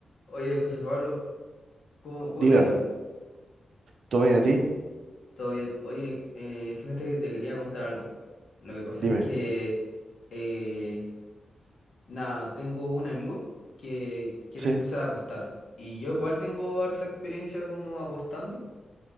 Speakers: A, on the left; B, on the right.
A: Oye, José Pablo, ¿cómo, cómo
B: Diga,
A: te ha ido?
B: ¿todo bien a ti?
A: Todo bien. Oye, eh, fíjate que te quería contar algo. Lo que pasa
B: Dime.
A: es que, eh, nada, tengo un amigo que quiere
B: Sí,
A: empezar a apostar. Y yo igual tengo harta experiencia como apostando,